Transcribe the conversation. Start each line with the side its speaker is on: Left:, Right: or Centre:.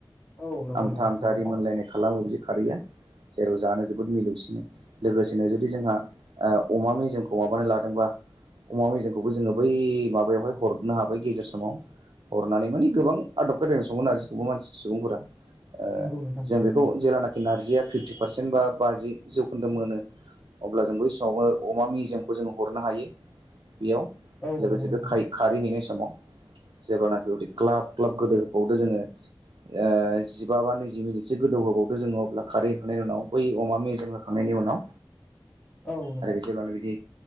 Left: औ नंगौ
Right: आमथा
Left: नोंथां
Right: आमथा
Left: थारैनो
Right: रिमोनलायनाय खालामो बिदि खारैया। जेराव जानो जोबोद मिलौसिनो लोगोसेनो जुदि ओ जोंहा अमा मेजेमखौ माबानो लादोंबा अमा मेजेखौबो जोङो बै माबायावहाय हरनो हाबाय गेजेर समाव। हरनानै माने गोबां आदब खायदायनो संङो मोन आरो गासिबो मानसि सुबुंफोरा। ओ
Left: नंगौ नोंथां थारैनो
Right: जों बेखौ जेलानाखि नार्जिया फिफ्टि पारसेन्ट बा बाजि जौखोन्दो मोनो अब्ला जों बै समावबो अमा मेजेमखौ जों हरनो हायो। बेयाव
Left: औ
Right: लोगोसे
Left: नंगौ नोंथां
Right: बे खारै खारै हैनाय समाव जेब्लानाखि उदै ग्लाब ग्लाब गोदौ होबावदो जोङो ओ जिबा बा नैजि मिनिटसो गोदौहोबावदो जोङो अब्ला बेनि उनाव बै अमा मेजेम होखांनायनि उनाव
Left: औ नंगौ
Right: आरो बिदिब्लानो बिदि